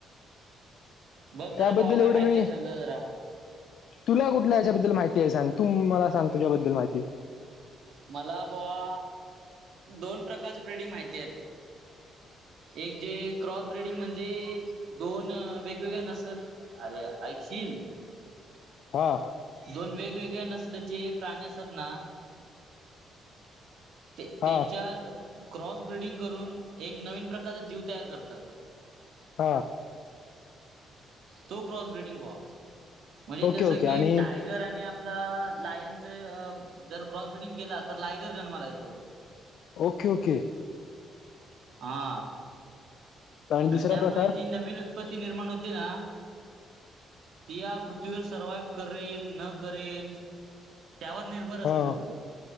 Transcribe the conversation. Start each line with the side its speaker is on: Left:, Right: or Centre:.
Right: बघ जरा
Left: त्याबद्दल
Right: भावा काय
Left: एवढं
Right: माहिती
Left: मी
Right: असेल तर जरा
Left: तुला कुठला याच्याबद्दल माहित ते सांग तू मला सांग तुझ्याबद्दल माहिती.
Right: मला बवा दोन प्रकारच ब्रेडिंग माहिती आहेत.
Left: <inaudible>
Right: एक जे क्रॉस ब्रेडिंग म्हणजे दोन वेगवेगळया नसल अरे ऐकशील.
Left: हा
Right: दोन वेगवेगळ्या नसलचे प्राणी असतात ना. ते
Left: हा
Right: त्यांच्यात क्रॉस बिडिंग करून, एक नवीन प्रकारचा जीव तयार करतात.
Left: हां
Right: तो क्रॉस ब्रीडिंग भावा. म्हणजे
Left: ओके
Right: जस
Left: ओके
Right: की
Left: आणि
Right: टायगर आणि आप लायनचे जर अ क्रॉस बिडिंग केला तर लायगर जन्माला येतो.
Left: ओके ओके
Right: हा
Left: दुसरा
Right: आणि त्यामुळे
Left: प्रकार
Right: जी नवीन उत्पत्ती निर्माण होते ना ती या पृथ्वीवर सर्वाइव्ह करेल. ना करेल. त्यावर निर्भर असते
Left: हा
Right: सगळं